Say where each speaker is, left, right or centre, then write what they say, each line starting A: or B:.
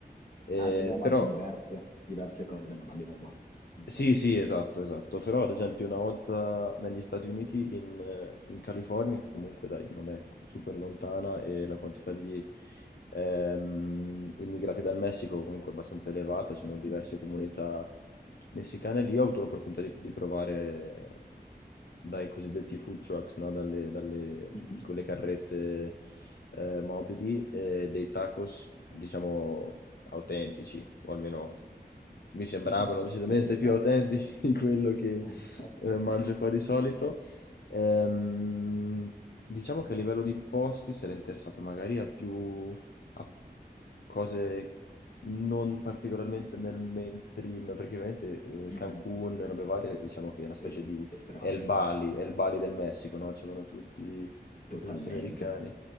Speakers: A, on the left; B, on the left.
A: Eh,
B: Anzi, beh, ma
A: però
B: diverse, diverse cose non abbiamo qua, infatti.
A: sì, sì, esatto, esatto. Però ad esempio una volta negli Stati Uniti, in, eh, in California, che comunque dai, non è super lontana e la quantità di ehm, immigrati dal Messico comunque è abbastanza elevata, c'erano
B: <laughs>
A: diverse
B: Mhm.
A: comunità
B: Sì.
A: messicane lì, ho avuto l'opportunità di, di provare dai cosiddetti food trucks, no? dalle, dalle-
B: Mhm.
A: con le carrette eh, mobili, eh, dei tacos, diciamo, autentici, o almeno mi sembravano
B: <laughs>
A: decisamente
B: Si pensava.
A: più autentici di quello che
B: <laughs>
A: eh, mangio qua di solito. Ehm, diciamo che a livello di posti sarei interessato magari a più a cose non particolarmente nel mainstream, perché ovviamente eh,
B: Mhm.
A: Cancun, robe varie, diciamo che è una specie
B: Sì,
A: di
B: estremamente.
A: è il Bali, è il Bali del Messico, no? Ci vanno tutti
B: Totalmente.
A: i turisti americani.